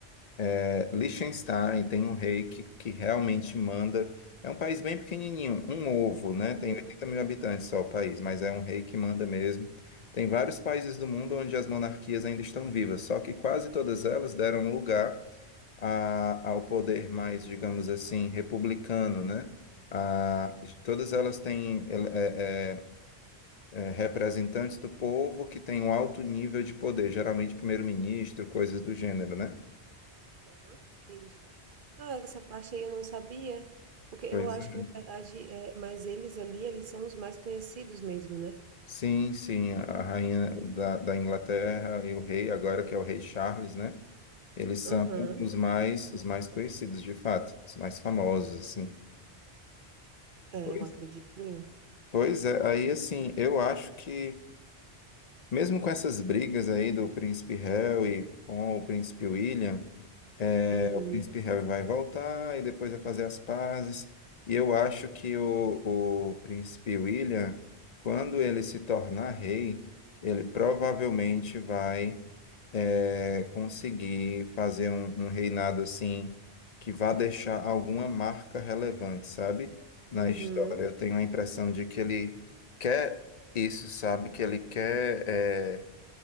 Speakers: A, on the left; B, on the right.
A: É, Liechtenstein tem um rei que, que realmente manda. É um país bem pequenininho, um ovo, né?
B: Hum,
A: Tem 80 mil habitantes só o país, mas é um rei que manda mesmo. Tem vários países do mundo onde as monarquias ainda estão vivas, só que quase todas elas deram lugar a- ao poder mais, digamos assim, republicano, né? A-
B: ah, entendi.
A: todas elas têm ele- é- é- é, representantes do povo que têm um alto nível de poder, geralmente primeiro-ministro, coisas do gênero, né?
B: Aham, entendi. Ah, essa parte aí eu não sabia, porque eu
A: Pois
B: acho
A: é.
B: que na verdade é, mas eles ali, eles são os mais conhecidos mesmo, né?
A: Sim, sim, a rainha da, da Inglaterra e o rei, agora que é o rei Charles, né? Eles
B: Aham,
A: são os mais os mais conhecidos, de fato, os mais famosos, assim.
B: é,
A: Pois,
B: eu acredito eu.
A: pois é, aí assim, eu acho que mesmo com essas brigas aí do príncipe Harry e com o príncipe William, é,
B: Uhum,
A: o príncipe Harry vai voltar e depois vai fazer as pazes. E eu acho que o, o príncipe William, quando ele se tornar rei, ele provavelmente vai é, conseguir fazer um, um reinado assim que vá deixar alguma marca relevante, sabe? Na
B: uhum.
A: história. Eu tenho a impressão de que ele quer isso, sabe? Que ele quer é,